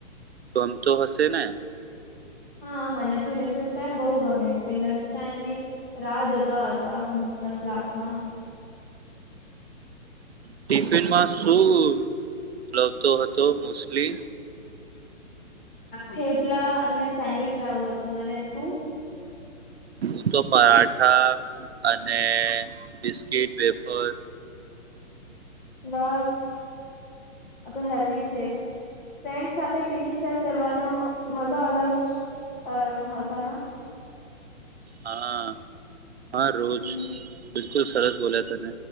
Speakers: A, on the right; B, on the left.
A: ગમતો હશે ને?
B: હા મને તો રિસેસ ટાઈમ બહુ ગમે છે લંચ ટાઈમ ની રાહ જોતા હતા પણ ક્લાસમાં
A: ટિફિનમાં શું લગતો હતો મોસ્ટલી
B: થેપલા અને સેન્ડવીચ લાવું હતું અને તું
A: હું તો પરાઠા અને બિસ્કીિટ વેફર
B: વાત આ તો હેલ્ધી છે. ફ્રેન્ડ સાથે ટિફિન શેર કરવાનો મજા અલગ અ હતાના
A: હા હા રોજ
B: ન?
A: બિલકુલ સરસ બોલ્યા તને